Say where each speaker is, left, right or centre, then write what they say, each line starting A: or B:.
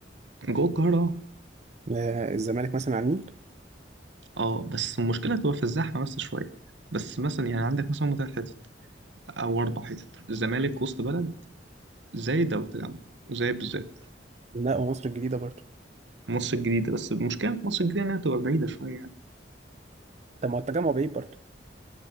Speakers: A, on the right; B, on the right.
A: جوه القاهرة
B: آه الزمالك مثلا على النيل
A: اه آه، بس المشكلة تبقى في الزحمة بس شوية بس مثلا يعني عندك مثلا هما تلات حتت او اربع حتت الزمالك وسط بلد زايد او التجمع زايد بالذات
B: لا ومصر الجديده برضه
A: مصر الجديدة بس المشكلة في مصر الجديدة انها تبقى بعيدة شوية يعني
B: طب ما هو التجمع بعيد برضه